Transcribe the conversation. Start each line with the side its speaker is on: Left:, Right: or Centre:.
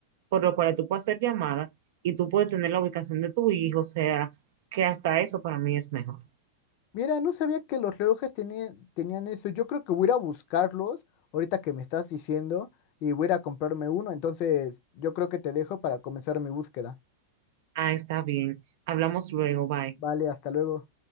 Right: por lo cual tú puedes hacer llamadas y tú puedes tener la ubicación de tu hijo, o sea, que hasta eso para mí es mejor.
Left: Mira, no sabía que los relojes tenían, tenían eso, yo creo que voy a ir a buscarlos ahorita que me estás diciendo y voy a ir a comprarme uno, entonces yo creo que te dejo para comenzar mi búsqueda.
Right: Ah, está bien. Hablamos luego, bye.
Left: Vale, hasta luego.